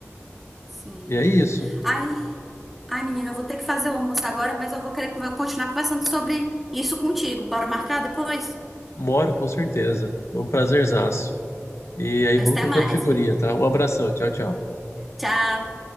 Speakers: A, in the centre; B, on the left.
A: Sim.
B: E é isso.
A: Ai. Ai, menina, eu vou ter que fazer o almoço agora, mas eu vou querer conver- continuar conversando sobre isso contigo. Bora marcar depois?
B: Mora, com certeza. Foi um prazerzaço. E aí,
A: Pois
B: vamos
A: até
B: trocando
A: mais,
B: figurinha,
A: viu?
B: tá? Um abração. Tchau, tchau.
A: Tchau!